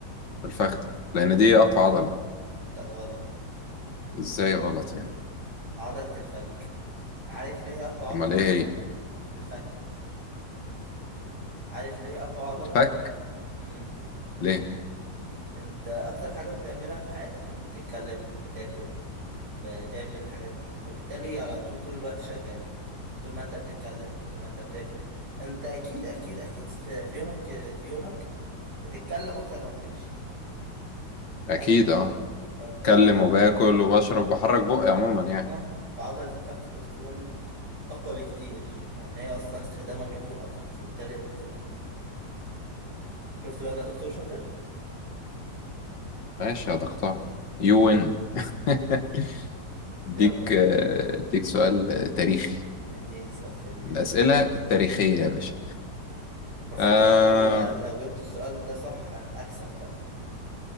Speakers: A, on the left; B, on the right.
A: في الفخذ لان دي اقوى عضلة
B: لا غلط
A: ازاي غلط يعني
B: عضلة الفك عارف ليه هي اقوى عضلة
A: امال ايه
B: اصلا
A: هي
B: الفك عارف ليه هي اقوى عضلة
A: الفك
B: امم
A: ليه
B: انت اكتر حاجة بتعملها في حياتك انك بتتكلم بتاكل بتعمل الحاجات دي فبالتالي هي على طول طول الوقت شغالة طول ما انت بتتكلم طول ما انت بتاكل انت اكيد اكيد اكيد في في يومك في يومك بتتكلم اكتر ما بتمشي
A: اكيد
B: لان
A: اه
B: فبالتالي
A: اتكلم
B: عضلة
A: وباكل وبشرب وبحرك بقي عموما يعني
B: اه فعضلة الفك بتكون اقوى بكتير لان هي اصلا استخدامها بيكون اكتر فبالتالي هي بتكون اقوى شفت بقى انا دكتور شاطر
A: ماشي يا دكتور
B: ماشي
A: يو وين <laughs>
B: يلا
A: اديك آه، اديك سؤال تاريخي
B: اديني سؤال تاريخ
A: الأسئلة التاريخية يا باشا
B: المفروض
A: آه
B: ان انا لو لو جبت السؤال ده صح اكسب بقى